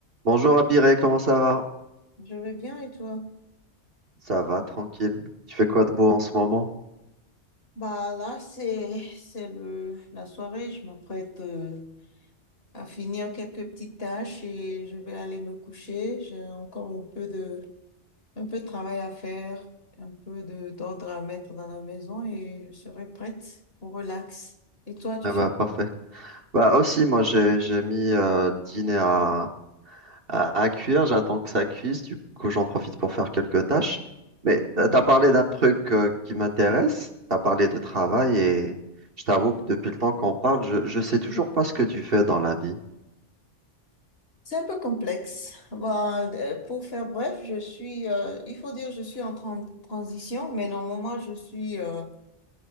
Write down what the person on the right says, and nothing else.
Bonjour Abiré, comment ça va?
Ça va, tranquille. Tu fais
quoi de beau en ce moment?
Ah
bah parfait. Bah aussi, moi j'ai j'ai mis euh, le dîner à, à, à cuire, j'attends que ça cuise, du coup j'en profite pour faire quelques tâches. Mais
t'as t'as parlé d'un truc euh, qui m'intéresse, t'as parlé de travail et je t'avoue que depuis le temps qu'on parle, je, je sais toujours pas ce que tu fais dans la vie.